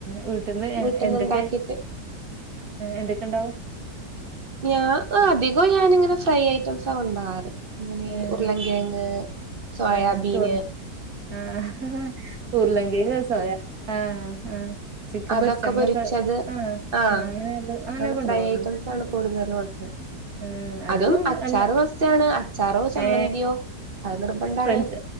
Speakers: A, on the right; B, on the right.
A: വി ട്ട്ന്ന്
B: വീട്ടിന്ന്
A: എന്തൊക്കെ
B: ഇണ്ടാക്കിട്ട്
A: എന്തൊക്കെ ഉണ്ടാവും
B: ഞാ അധികം ഞാനിങ്ങനെ ഫ്രൈ ഐറ്റംസാ കൊണ്ടാവാറ് അങ്ങനെ
A: ഏഹ്
B: ഉരുളങ്കിഴങ്ങ് സോയാബീന്
A: ഏഹ് ചോറിന്റെ ആഹ് ഉർലങ്കയങ്ങ് സോയാ ആഹ് ആഹ് ചിക്കൻ
B: അതൊക്കെ
A: പൊരിച്ച അങ്ങനൊക്കെ
B: പൊരിച്ചത്
A: ആ
B: ആഹ്
A: ആ അങ്ങനെല്ല അങ്ങനെയൊക്കെ
B: അങ്ങനെ
A: കൊണ്ടോവോ
B: ഫ്രൈ
A: ആ
B: <unintelligible>
A: ഉം ഏ അധികം
B: അതും അച്ചാറ്
A: അല്ല
B: മസ്റ്റാണ് അച്ചാറോ ചമ്മന്തിയോ
A: ഏ
B: അത് നിർബന്ധാണ്
A: ഫ്രൻസ്